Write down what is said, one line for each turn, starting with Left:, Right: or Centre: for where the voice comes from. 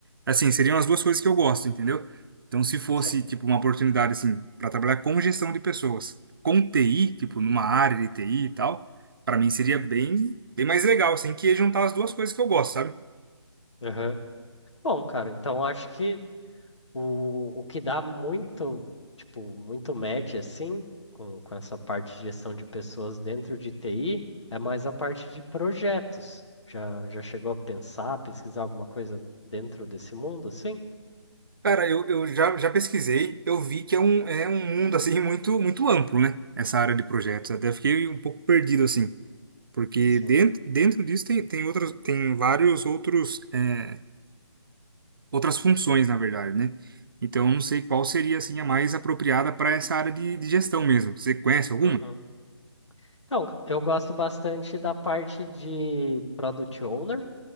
Right: Assim, seriam as duas coisas que eu gosto, entendeu? Então, se fosse,
Left: Sim.
Right: tipo, uma oportunidade, assim, para trabalhar com gestão de pessoas, com TI, tipo, numa área de TI e tal, para mim seria bem, bem mais legal, assim, que ia juntar as duas coisas que eu gosto, sabe?
Left: Aham. Bom, cara, então acho que O, o que dá muito, tipo, muito match, assim, com, com essa parte de gestão de pessoas dentro de TI, é mais a parte de projetos. Já, já chegou a pensar, pesquisar alguma coisa dentro desse mundo, assim?
Right: Cara, eu, eu já, já pesquisei, eu vi que é um, é um mundo, assim, muito, muito amplo, né? Essa área de projetos. Até fiquei um pouco perdido, assim. Porque
Left: Sim.
Right: dentro, dentro disso tem, tem outras, tem vários outros, é, outras funções, na verdade, né? Então, eu não sei qual seria, assim, a mais apropriada para essa área de, de gestão mesmo. Você conhece alguma?
Left: Uhum. Então, eu gosto bastante da parte de Product Owner,